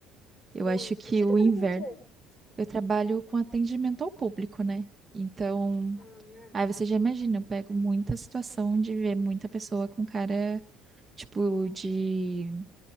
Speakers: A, on the left; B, on the right.
A: Muito.
B: Eu acho que
A: Você
B: o
A: trabalha
B: inverno,
A: com o quê?
B: eu trabalho com atendimento ao público, né? Então,
A: Ah.
B: aí você já imagina, eu pego muita situação de ver muita pessoa com cara, tipo, de